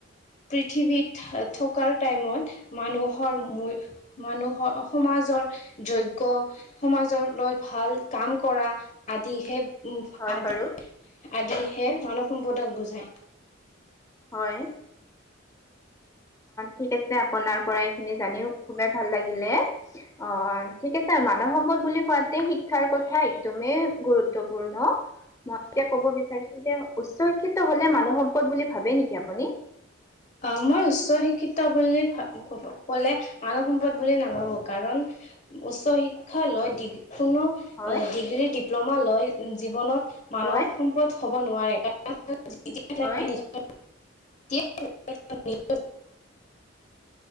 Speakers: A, on the left; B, on the left.
A: পৃথিৱীত থকাৰ টাইমত মানুহৰ মানুহৰ সমাজৰ যোগ্য সমাজলৈ ভাল কাম কৰা আদিহে উম
B: হয়
A: আদি
B: বাৰু
A: আদিহে মানৱ সম্পদক বুজায়।
B: হয়।
A: <inaudible>
B: ঠিক আছে আপোনাৰ পৰা এইখিনি জানিও খুবেই ভাল লাগিলে, অ ঠিক মানৱ সম্পদ বুলি কোৱাতে শিক্ষাৰ কথা একদমেই গুৰুত্বপূৰ্ণ। মই এতিয়া ক'ব বিচাৰিছো যে উচ্চ শিক্ষিত হ'লে মানৱ সম্পদ বুলি ভাবে নেকি আপুনি?
A: অ মই উচ্চ শিক্ষিত বুলি ভাব ক'লে মানৱ সম্পদ বুলি নাভাবো কাৰণ উচ্চ শিক্ষা লৈ ডিগ্ৰী কোনো
B: হয়,
A: ডিগ্ৰীৰ ডিপ্লমা লয় জীৱনত মানৱ
B: হয়,
A: সম্পদ হ'ব নোৱাৰে। <unintelligible>
B: হয়,
A: <unintelligible>